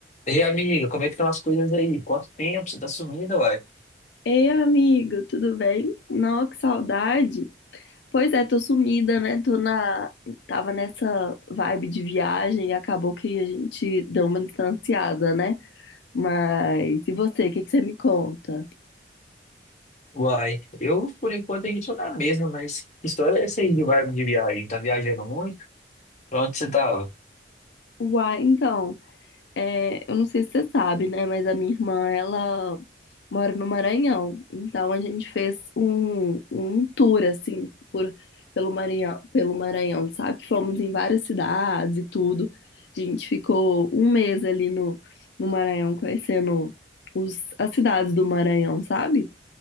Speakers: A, on the left (about 40°); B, on the left (about 75°).
A: Ei, amiga, como é que estão as coisas aí? Quanto tempo você tá sumida, uai?
B: Ei, amigo, tudo bem? Não que saudade. Pois é, tô sumida, né? Tô na... Tava nessa vibe de viagem e acabou que a gente deu uma distanciada, né? Mas e você, o que que você me conta?
A: Uai, eu por enquanto aqui tô na mesma, mas que história é essa aí de vibe de viagem? Tá viajando muito? Pra onde você tava?
B: Uai, então. É, eu não sei se você sabe, né? Mas a minha irmã, ela mora no Maranhão. Então a gente fez um, um tour, assim, por, pelo Maranhão, pelo Maranhão, sabe? Fomos em várias cidades e tudo. A gente ficou um mês ali no, no Maranhão, conhecendo os, as cidades do Maranhão, sabe?